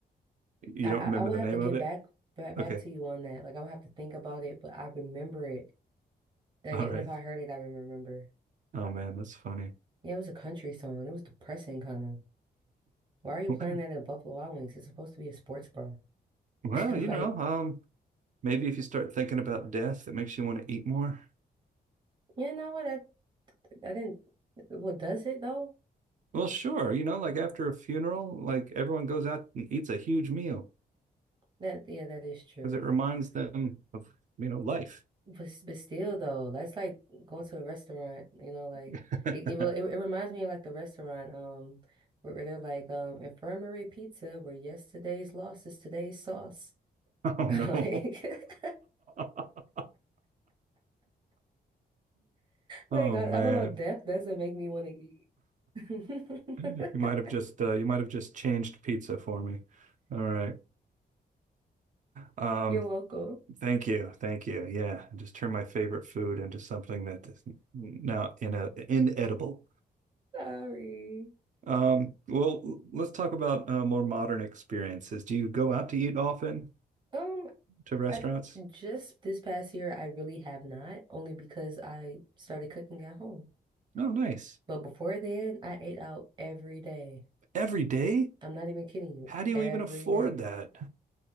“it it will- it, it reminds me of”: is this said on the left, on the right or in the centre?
Right